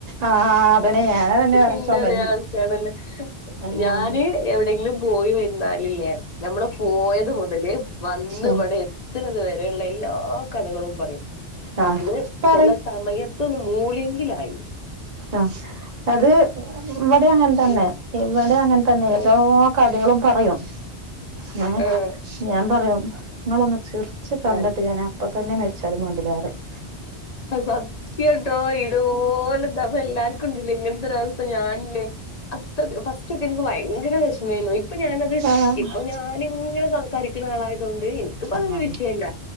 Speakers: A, on the right; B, on the left.
A: ആഹ് അതന്നെ ഞാനതന്നെ പറയാ
B: ഇന്റതേ
A: ചുമരിന്റെ
B: അവസ്തേണ്.
A: ആഹ്
B: ഞാന് എവിടെ ലുംപോയി വെര്ന്നാലില്ലേ ഞമ്മള് പോയത് മുതല് വന്ന്
A: ഉം
B: ഇവടെ എത്ത്ണത് വരെ ള്ള എല്ലാ കഥകളും പറയും
A: ആഹ്
B: അതിന്
A: പറയ്
B: ചെല സമയത്തൊന്ന് മൂള്യേങ്കിലായി
A: ആഹ് അത് ഇവടെ അങ്ങനതന്നെ
B: ഉം
A: ഇവടെ അങ്ങനതന്നെ എല്ലാ
B: ഏഹ്
A: കഥകളും പറയും ഏ
B: ഏഹ്
A: ഞാൻ പറയും ങ്ങളൊന്ന് ചിർ ച്ച് കണ്ടിട്ട്
B: ഏഹ്
A: ഞാൻ അപ്പ തന്നെ മരിച്ചാലും മാണ്ടില്ലാറയും
B: സത്യട്ടോ ഇതുപോലെതാ എല്ലാവർക്കുംണ്ട്ല്ലേ ഇങ്ങനത്തെ ഒരവസ്ഥ ഞാനില്ലേ അത്രക്ക് ഫസ്റ്റ്ക്ക എനിക്ക് ഭയങ്കര വിഷമേയ്നു ഇ ഇപ്പൊ ഞാനത്
A: ആഹ്
B: ഇപ്പൊ ഞാനിങ്ങനെ സംസാരിക്കുന്ന ആളായതുകൊണ്ട് എനിക്കിപ്പോ അതൊരു
A: ആഹ്
B: വിഷയല്ല